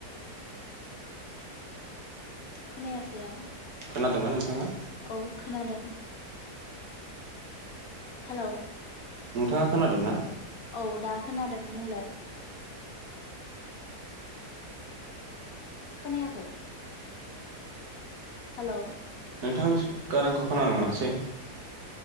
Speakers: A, on the left; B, on the right.
A: खोनायासै आं
B: खोनादोंना नोंथाङा
A: औ खोनादों हेल'
B: नोंथाङा खोनादों ना
A: औ दा खोनादों बुंलाय खोनायाखै हेल'
B: नोंथांनि गारांखौ खोनानो मोनासै